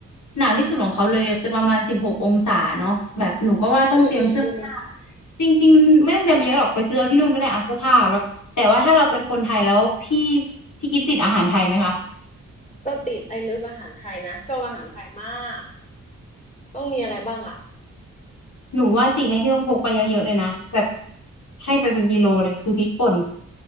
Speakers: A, on the left (about 65°); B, on the left (about 25°).
A: หนาวที่สุดของเขาเลยจะประมาณสิบหกองศาเนาะแบบหนูก็ว่าต้องเตรียมเสื้อผ้า
B: อืมอืมอืม
A: จริงๆไม่ต้องเตรียมไปเยอะหรอกไปซื้อเอาที่นู่นก็ได้อาเสื้อผ้าแล้วแต่ว่าถ้าเราเป็นคนไทยแล้วพี่พี่กิฟติดอาหารไทยไหมคะ
B: ก็ติดไอ้เลิฟอาหารไทยนะชอบอาหารไทยมากต้องมีอะไรบ้างอ่ะ
A: หนูว่าสิ่งแรกที่ต้องพกไปเยอะๆเลยนะแบบให้ไปเป็นกิโลเลยคือพริกป่น